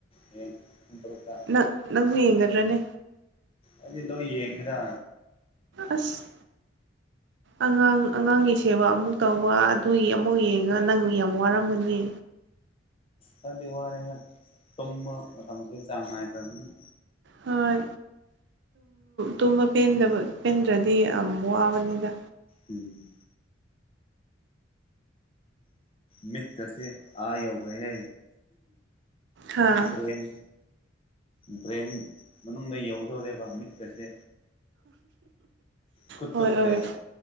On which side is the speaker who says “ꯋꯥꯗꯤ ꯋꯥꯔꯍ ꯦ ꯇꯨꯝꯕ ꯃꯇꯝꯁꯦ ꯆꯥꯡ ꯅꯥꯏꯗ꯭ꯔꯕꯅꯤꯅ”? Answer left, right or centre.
Left